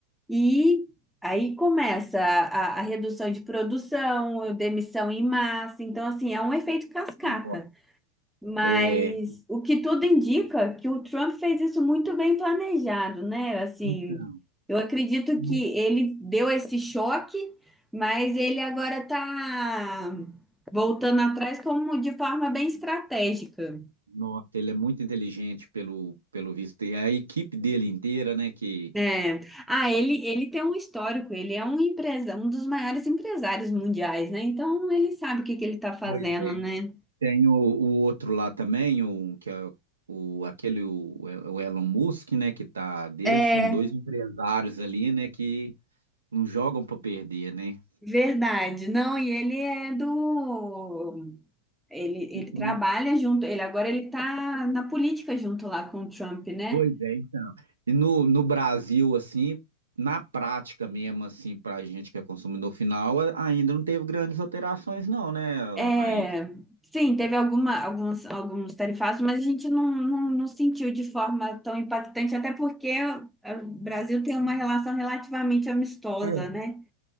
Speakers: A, in the centre; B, on the right (about 75°).
A: e. Aí começa a, a redução de produção, demissão em massa. Então, assim, é um efeito cascata.
B: Ó,
A: Mas
B: É,
A: o que tudo indica é que o Trump fez isso muito bem planejado, né? Assim,
B: então,
A: eu acredito
B: no-
A: que ele deu esse choque, mas ele agora está voltando atrás como de forma bem estratégica,
B: nossa, ele é muito inteligente pelo, pelo visto. E a equipe dele inteira, né? Que
A: né? Ah, ele, ele tem um histórico, ele é um empresa, um dos maiores empresários mundiais, né? Então ele sabe o que que ele está fazendo,
B: Pois é.
A: né?
B: tem o, o outro lá também, o, que é o, aquele, o, o Elon Musk, né? Que tá dele,
A: É
B: são dois empresários ali, né? Que não jogam para perder, né?
A: verdade. Não, e ele é do Ele, ele
B: No,
A: trabalha junto, ele agora ele tá na política junto lá com o Trump, né?
B: Pois é, então. E no, no Brasil, assim, na prática mesmo, assim, pra gente que é consumidor final, a- ainda não teve grandes alterações, não, né,
A: É,
B: Raíssa?
A: sim, teve alguma, alguns, alguns tarifaços, mas a gente não, não, não sentiu de forma tão impactante, até porque o Brasil tem uma relação relativamente amistosa,
B: É,
A: né?